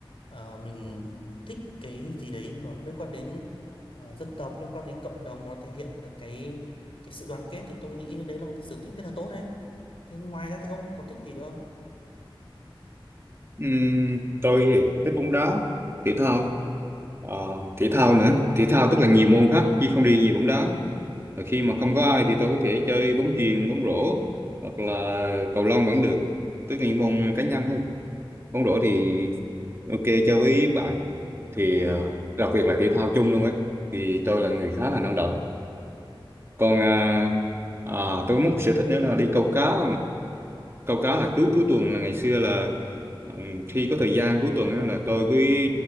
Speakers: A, on the left (about 90°); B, on the right (about 30°).
A: ờ, mình thích cái gì đấy mà nó liên quan đến ờ, dân tộc liên quan đến cộng đồng mà nó thể hiện được cái cái sự đoàn kết thì tôi nghĩ đấy là một cái sở thích rất là tốt đấy thế ngoài ra thì ông có thích gì nữa không
B: Ừm, tôi thì thích bóng đá thể thao Ờ, thể thao nữa thể thao tức là nhiều môn khác chứ không đi nhiều bóng đá và khi mà không có ai thì tôi có thể chơi bóng chuyền bóng rổ hoặc là cầu lông vẫn được tức là những môn cá nhân hay bóng rổ thì ok chơi với bạn thì ờ, đặc biệt là thể thao chung luôn ấy thì tôi là người khá là năng động còn à, à, tôi có một sở thích nữa là đi câu cá câu cá là cứ cuối tuần là ngày xưa là ừ, khi có thời gian cuối tuần á, là tôi với